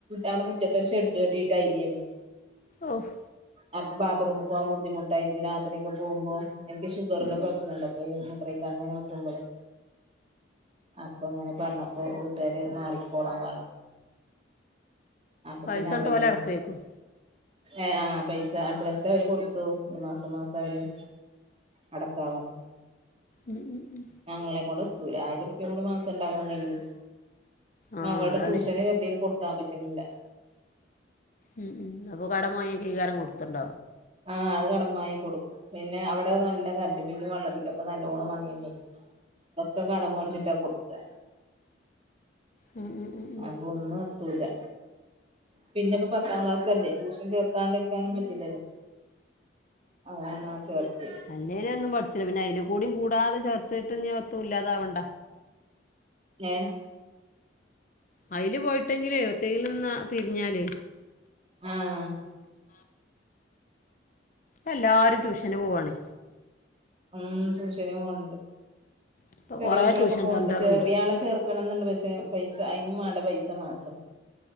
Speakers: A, on the right; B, on the left.
A: അവിടെ മുറ്റത്തൊരു ഒരു ഷെഡ് കെട്ടിട്ട് അയിലേരുന്നു
B: ഓഹ്
A: അപ്പൊ ബാത്റൂമ്ക്ക് പോകാൻ ബുദ്ധിമുട്ടായിട്ട് രാത്രി ഒക്കെ പോകുമ്പോ എനിക്ക് ഷുഗറിന്റെ
B: ഉം
A: പ്രശ്നംണ്ട് മുത്രയ്ക്കാൻങ്ങനെ മുട്ടുമ്പോലെ അപ്പൊ ഇങ്ങനെ പറഞ്ഞപ്പോ ട്ടര് മാറിക്കോളാൻ പറ അപ്പൊ
B: പൈസങ്ങട്ട്
A: പിന്നെ അവരും
B: ഓല് അടക്കുവായിരിക്കും
A: ഏഹ് ആഹ് പൈസ അഡ്വാൻസ് അവര് കൊടുത്തു ഈ മാസം മാസം അവര് അടക്കാ പറഞ്
B: ഉം ഉം ഉം
A: ഞങ്ങളെ കൊണ്ടെത്തുല ആയിരം റൂപിയേം കൂടി മാസം ഉണ്ടാക്കാൻ കയ്യൂ
B: ആഹ്
A: മകടെ
B: അതാണേ
A: ട്യൂഷന് ചേർത്തിയെന് കൊടുക്കാൻ പറ്റുന്നില്ല
B: ഉം ഉം അപ്പൊ കടം വാങ്ങി കീകാരം കൊടുത്തുണ്ട
A: ആഹ് അത് കടം വാങ്ങി കൊടുക്കും പിന്നെ അവിടെ നല്ല കല്ല് ബില്ലും വെള്ളബില്ലോക്കെ നല്ലോണം വന്നിന്നീ ഇതൊക്ക കടംമേടിച്ചിട്ടാ
B: ഉം
A: കൊടുക്ക
B: ഉം ഉം ഉം ഉം
A: അപ്പൊ ഒന്നും എത്തൂല പിന്നിപ്പാ പത്താം ക്ലാസ്സ് അല്ലേ ട്യൂഷൻ ചേർത്താണ്ടരിക്കാനും പറ്റില്ലല്ലോ അതാണാ ചേർത്തിയെ
B: അല്ലേലും ഒന്നും പഠിച്ചുല പിന്നെ അയിലുക്കുടിം കൂടാതെ ചേർത്തിട്ട് ഒത്തും ഇല്ലാതാവണ്ട
A: ഏഹ്
B: അയില് പോയിട്ടെങ്കിലേ <unintelligible> ന്നാ തിരിഞ്ഞാല്
A: ആഹ്
B: എല്ലാരും ട്യൂഷന് പോവാണ്
A: ഉം ട്യൂഷന് പോണുണ്ട്
B: ഇപ്പൊ
A: ചെറിയ
B: കൊറേ
A: കുട്ട്യാളൊക്കെ
B: ട്യൂഷൻ
A: പോണ്‌ണ്ട്
B: സെന്ററുണ്ട്
A: ചെറിയ ആളെ ചേർക്കണംന്നുണ്ട് പക്ഷെ പൈസ അയിനും വേണ്ടെ പൈസ മാസം